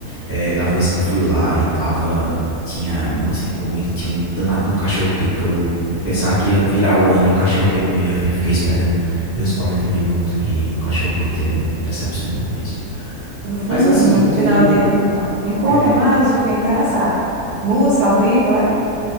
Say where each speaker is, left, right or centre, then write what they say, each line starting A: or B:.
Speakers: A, on the right (about 15°); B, on the right (about 85°).
A: eh, da vez que eu fui lá e tava, tinha um monte de comida, tinha um danado de um cachorro-quente que eu pensava que ia virar o ano e o cachorro-quente não ia vir, fiquei esperando bem uns 40 minutos e o cachorro-quente eh, decepcionou mesmo.
B: Eu não fui,
A: Mas
B: não,
A: assim,
B: no
A: tu...
B: final de ano, não. Me conta
A: eh,
B: mais, fiquei interessada. Música ao vivo, é?